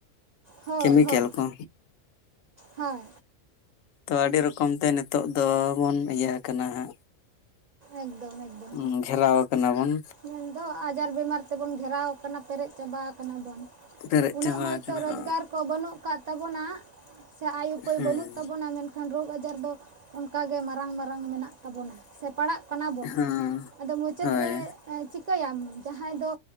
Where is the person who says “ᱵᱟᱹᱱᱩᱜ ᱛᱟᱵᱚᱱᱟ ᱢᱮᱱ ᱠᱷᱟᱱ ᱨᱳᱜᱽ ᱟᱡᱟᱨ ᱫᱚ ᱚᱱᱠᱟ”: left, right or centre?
Right